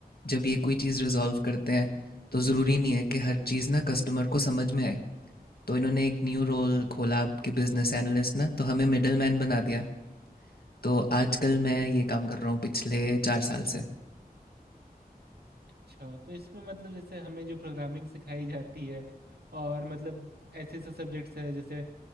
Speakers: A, on the left; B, on the right.
A: जब ये कोई चीज़ रिजॉल्व करते हैं तो ज़रूरी नहीं है कि हर चीज़ ना कस्टमर को समझ में आए तो इन्होंने एक न्यू रोल खोला आपके बिजनेस एनालिस्ट ना तो हमें मिडल मैन बना दिया तो आजकल मैं ये काम कर रहा हूँ पिछले चार साल से
B: अच्छा तो इसमें मतलब जैसे हमें जो प्रोग्रामिंग सिखाई जाती है और मतलब ऐसे ऐसे सब्जेक्ट्स है जैसे